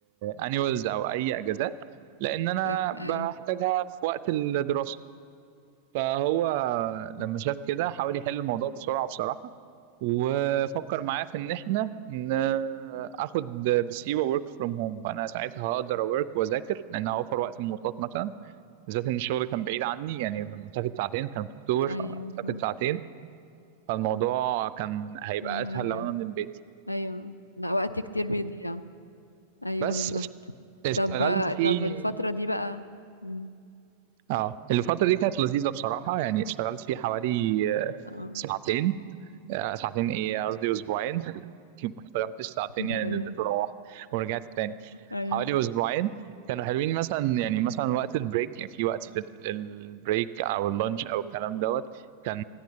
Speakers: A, on the right; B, on the left.
A: انيوالز او اي اجازات لان انا
B: فاك
A: بحتاجها
B: ايوه
A: في وقت الدراسه فهو
B: م.
A: لما شاف كده حاول يحل الموضوع بسرعة بصراحة وفكر معاه في ان احنا ن- اخد بسيوة ورك فروم هوم فانا ساعتها هقدر اورك واذاكر لان هوفر وقت المواصلات مثلا بالذات ان الشغل كان بعيد عني يعني مسافة ساعتين كان في اكتوبر فمسافة
B: ايوه صح
A: ساعتين فالموضوع كان هيبقى
B: يا نهار
A: اسهل
B: ابيض
A: لو انا من البيت
B: ايوه لا وقت كتير بيضيع ايوه
A: بس
B: بالظبط
A: اشتغلت
B: طب
A: فيه
B: طب الفترة دي بقى م.
A: اه الفترة دي كانت لذيذة بصراحة يعني اشتغلت فيه حوالي آه،
B: اه
A: ساعتين آه، ساعتين ايه قصدي اسبوعين <laughs> ما اشتغلتش ساعتين
B: <laughs>
A: يعني
B: ايوه
A: نزلت وروحت ورجعت تاني
B: ايوه
A: حوالي اسبوعين كانوا حلوين مثلا يعني مثلا وقت البريك يعني في وقت في ال- البريك او اللانش او الكلام دوت كان